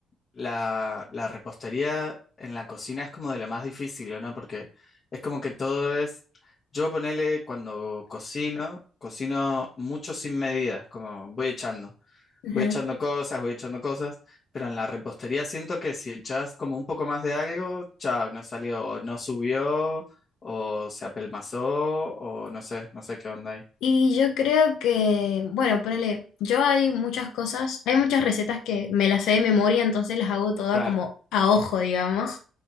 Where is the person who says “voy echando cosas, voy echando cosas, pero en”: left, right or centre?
Left